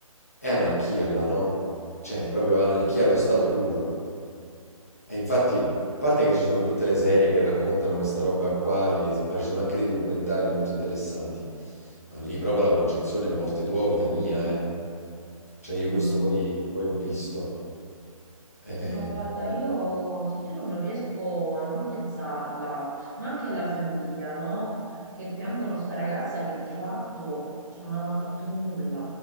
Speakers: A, on the left (about 25°); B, on the right (about 35°).
A: è anarchia là, no? Cioè, è proprio anarchia allo stato puro. E infatti, a parte che ci sono tutte le serie che raccontano questa roba qua, e- ma ci sono anche dei documentari molto interessanti. Ma lì proprio la concezione è morte tua o vita mia, eh. Cioè, io
B: Mm.
A: questo poi, poi ho visto. Eh,
B: Ma guarda, io ti giuro non riesco a non pensarla, ma anche alla famiglia, no? Che piangono sta ragazza che di fatto cioè, non aveva fatto nulla,